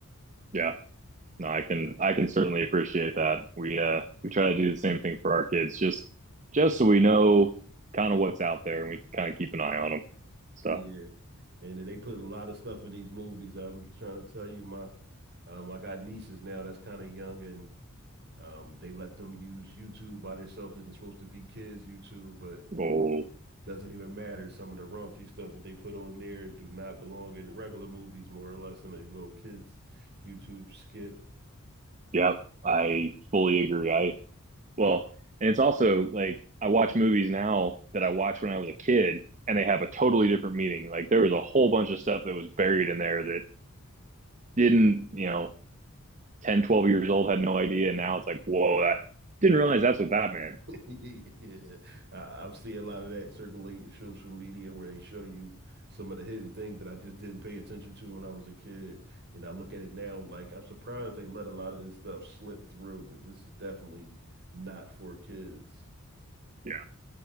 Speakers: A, on the right; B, on the right.
A: Yeah. No, I can I can certainly appreciate that. We uh we try to do the same thing for our kids just just so we know kind of what's out there and we can kind of keep an eye on them. So,
B: Yeah. And they put a lot of stuff in these movies. I'm trying to tell you, my um, I got nieces now that's kind of young, and um, they let them use YouTube by themselves. It's supposed to be kids' YouTube, but
A: oh,
B: doesn't even matter. Some of the raunchy stuff that they put on there do not belong in regular movies, more or less, than a little kids' YouTube skit.
A: yep. I fully agree. I. Well, and it's also like I watch movies now that I watched when I was a kid and they have a totally different meaning. Like there was a whole bunch of stuff that was buried in there that didn't, you know, 10, 12 years old had no idea. And now it's like, whoa, that didn't realize that's what that meant.
B: <laughs> Yeah, I, I've seen a lot of that circulate in social media where they show you some of the hidden things that I just didn't pay attention to when I was a kid. And I look at it now, like I'm surprised they let a lot of this stuff slip through because this is definitely not for kids.
A: Yeah,